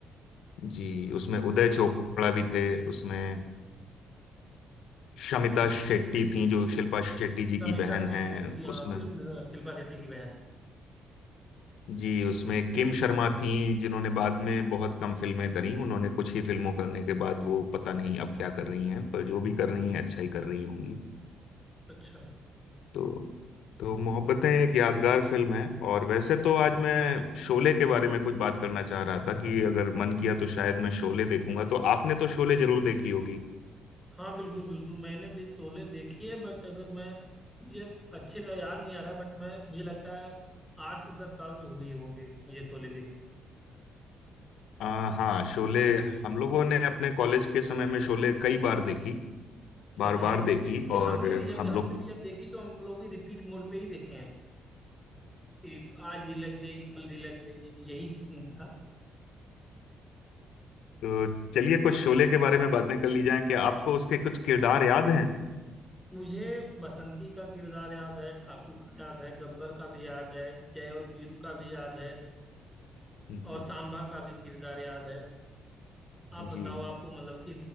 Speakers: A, on the left (about 75°); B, in the centre.
A: जी उसमें उदय चोपड़ा भी थे उसमें शमिता शेट्टी थी जो शिल्पा शेट्टी जी
B: समिता
A: की बहन
B: शेट्टी
A: हैं
B: की हाँ
A: उसमें
B: सिर्फ शिल्पा शेट्टी की बहन
A: जी उसमें किम शर्मा थी जिन्होंने बाद में बहुत कम फिल्में करी उन्होंने कुछ ही फिल्मों करने के बाद वो पता नहीं अब क्या कर रही हैं पर जो भी कर रही हैं अच्छा ही कर रही होंगी
B: अच्छा
A: तो तो मोहब्बतें एक यादगार फिल्म है और वैसे तो आज मैं शोले के बारे में कुछ बात करना चाह रहा था कि अगर मन किया तो शायद मैं शोले देखूंगा तो आपने तो शोले जरूर देखी होगी
B: हाँ बिल्कुल बिल्कुल मैंने भी शोले देखी है बट अगर मैं मुझे अच्छे से याद नहीं आ रहा बट मैं मुझे लगता है आठ से दस साल तो हुई होंगे मुझे शोले देखे
A: आ, हाँ शोले हम लोगों ने अपने कॉलेज के समय में शोले कई बार देखी बार
B: अच्छा
A: बार देखी
B: नहीं
A: और
B: हमने भी जब
A: हम
B: हमने
A: लोग
B: भी
A: <laughs>
B: जब देखी तो हम लोग भी रिपीट मोड पे ही देखे हैं कि आज भी लग गई कल भी लग गई यही सीन था
A: तो चलिए कुछ शोले के बारे में बातें कर ली जाएं कि आपको उसके कुछ किरदार याद हैं
B: मुझे बसंती का किरदार याद है ठाकुर का याद है गब्बर का भी याद है जय और वीरू का भी याद है
A: हम्म,
B: और
A: हम्म,
B: सांबा का भी किरदार याद है आप बताओ
A: जी
B: आपको मतलब कि